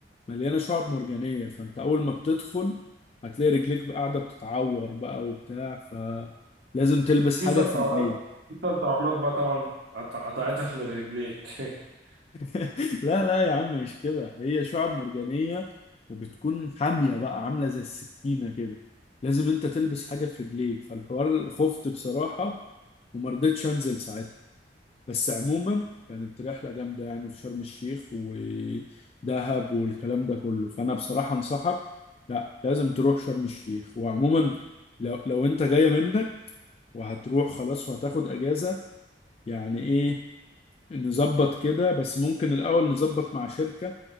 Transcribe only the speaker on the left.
مليانه شعب مرجانيه فانت اول ما بتدخل هتلاقي رجليك بقى قاعده بتتعور بقى وبتاع فلازم تلبس
حاجه
في رجليك
<laughs> لا لا يا عم مش كده هي شعب مرجانيه وبتكون حاميه بقى عامله زي السكينه كده لازم انت تلبس حاجه في رجليك فالحوار خفت بصراحه وما رضيتش انزل ساعتها بس عموما كانت رحلة جامدة يعني في شرم الشيخ ودهب والكلام ده كله فأنا بصراحة أنصحك لا لازم تروح شرم الشيخ وعموما لو لو أنت جاية منك وهتروح خلاص وهتاخد أجازة يعني إيه نظبط كده بس ممكن الأول نظبط مع شركة